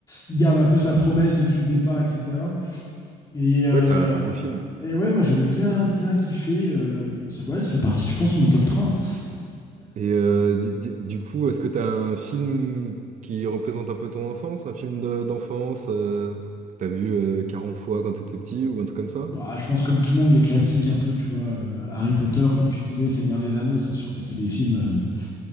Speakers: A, on the left; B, on the right.
A: il garde un peu sa promesse depuis le départ, etc. Et, euh,
B: ouais, c'est un, c'est un beau film.
A: et ouais, moi j'avais bien, bien kiffé. euh, ça, ouais, ça fait partie, je pense, de mon top 3 hein.
B: Et euh, di- di- du coup, est-ce que t'as un film qui représente un peu ton enfance, un film de- d'enfance euh, que t'as vu euh, 40 fois quand t'étais petit ou un truc comme ça?
A: Bah, je pense, comme tout le monde, les classiques un peu, tu vois. euh, Harry Potter, comme tu disais, Seigneur des Anneaux, c'est sûr que c'est des films. euh,